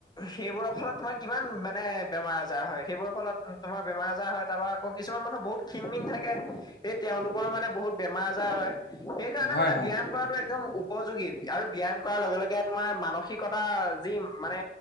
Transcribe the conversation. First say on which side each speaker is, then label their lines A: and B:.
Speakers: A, on the left (about 25°); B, on the left (about 75°).
A: সেইবোৰৰ ফলত তোমাৰ কিমান মানে বেমাৰ আজাৰ হয়। সেইবোৰৰ ফলত তোমাৰ বেমা আজাৰ হয়, তাৰপৰা আকৌ কিছুমান মানুহ বহুত ক্ষীণমিন থাকে, এই তেওঁলোকৰো মানে বহুত বেমাৰ আজাৰ হয়। সেইকাৰণে
B: হয়
A: মানে
B: হয় হয় হয়
A: ব্যায়াম কৰাটো একদম। যোগী আৰু ব্যায়াম কৰাৰ লগে লগে তোমাৰ মানসিকতা যি মানে